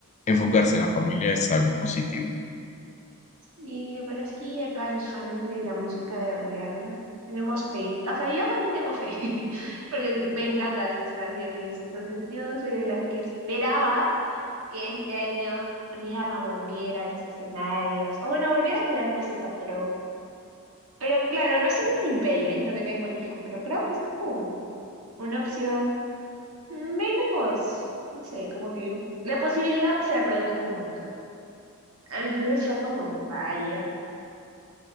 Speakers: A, on the left (about 30°); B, on the right (about 75°).
A: enfocarse en la familia es algo positivo.
B: sí, pero es que acá los fans de la música de Rihanna tenemos fe. O sea, yo también tengo fe, <laughs> porque me encantan sus canciones. Entonces, yo soy de las que esperaba que este año Rihanna volviera a los escenarios. O bueno, volviera a crear música, pero, pero claro, no es un impedimento que tenga un hijo, pero creo que es como una opción menos, no sé, como que la posibilidad se redujo un montón. Entonces fue como, vaya.